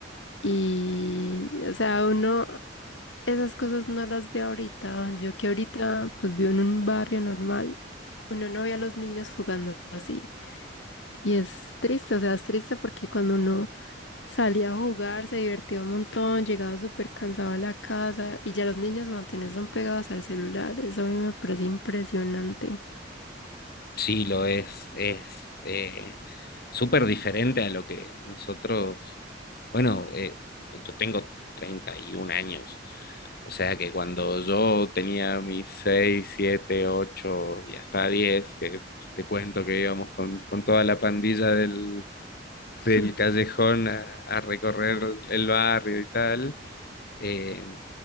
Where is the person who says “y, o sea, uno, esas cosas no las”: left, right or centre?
Left